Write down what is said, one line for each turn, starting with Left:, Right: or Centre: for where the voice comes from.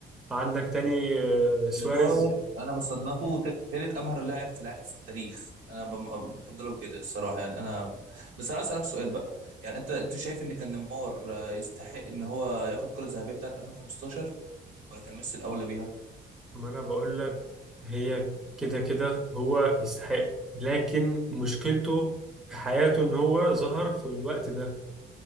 Centre: عندك تاني آه، سواريز
Right: نيمار انا بصنفه ثالث امهر لاعب في الع- في التاريخ انا بم- بفضله كده الصراحه يعني انا بس انا عايز اسالك سؤال بقى يعني انت انت شايف ان كان نيمار آه، يستحق ان هو ياخد الكره الذهبيه بتاعت 2015 ولا كان ميسي الاولى بيها
Centre: ما انا بقول لك هي كده كده هو يستحق لكن مشكلته في حياته ان هو ظهر في الوقت ده